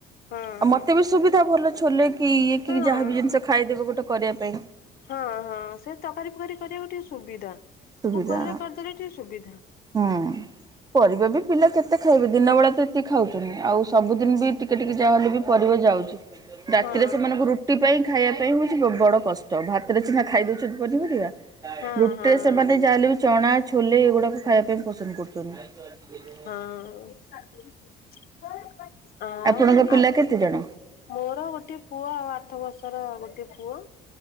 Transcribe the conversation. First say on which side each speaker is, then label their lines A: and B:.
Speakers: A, on the left (about 60°); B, on the right (about 20°).
A: ହଁ
B: ଆ
A: ହଁ
B: ମତେ ବି ସୁବିଧା ଭଲ ଛୋଲେ କି ଇଏ କି
A: ହଁ ହଁ।
B: ଯାହାବି ଜିନିଷ ଖାଇଦେବ ଗୋଟେ କରିବା ପାଇଁ
A: ହଁ ହଁ ସେ ତରକାରୀ ଫକାରୀ କରିବାକୁ ଟିକେ ସୁବିଧା।
B: ସୁବିଧା
A: କୁକରରେ କରିଦେଲେ ଟିକେ ସୁବିଧା।
B: ହୁଁ। ପରିବା ବି ପିଲା କେତେ ଖାଇବେ ଦିନ ବେଳା
A: ହଁ
B: ତ ଏତିକି ଖାଉଛନ୍ତିି ଆଉ ସବୁଦିନି ବି ଟିକେ ଟିକେ ଯାହାହେଲେ ବି ପରିବା ଯାଉଛି, ରାତିରେ
A: ହଁ
B: ସେମାନଙ୍କୁ ରୁଟି ପାଇଁ ଖାଇବା ପାଇଁ ହଉଚି ବଡ କଷ୍ଟ ଭାତରେ ସିନା ଖାଇ ଦଉଛନ୍ତି ପନିପରିବା
A: ହଁ
B: ରୁଟେସ୍
A: ହଁ।
B: ଯାହାହେଲେ ବି ଚଣା ଛୋଲେ ଏଗୁଡାକୁ ଖାଇବା ପାଇଁ ପସନ୍ଦ କରୁଛନ୍ତି।
A: ହଁ ଆଉ
B: ଆପଣଙ୍କ ପିଲା
A: ଆ
B: କେତେ ଜଣ?
A: ମୋର ଗୋଟେ ପୁଅ ଆଉ ଆଠ ବର୍ଷର ଗୋଟେ ପୁଅ